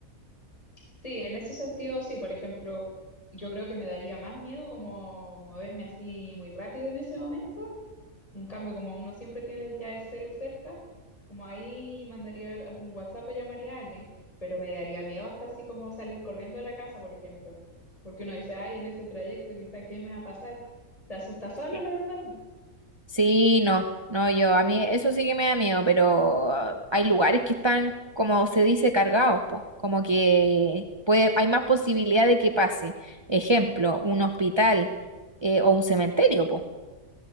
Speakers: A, on the left; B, on the right.
A: Sí, en ese sentido, sí, por ejemplo, yo creo que me daría más miedo como moverme así muy rápido en ese momento. En cambio, como uno siempre tiene el- ya el celu cerca, como ahí mandaría al- algún WhatsApp o llamaría a alguien, pero me daría miedo hasta así como salir corriendo de la casa, por ejemplo, porque uno dice, ay, en ese trayecto quizá qué me va a pasar. Te asusta solo,
B: Sí.
A: la verdad. po.
B: Sí, no, no, yo, a mí eso sí que me da miedo, pero ah, hay lugares que están, como se dice, cargados, po, como que puede, hay más posibilidad de que pase. Ejemplo, un hospital eh, o un cementerio, po.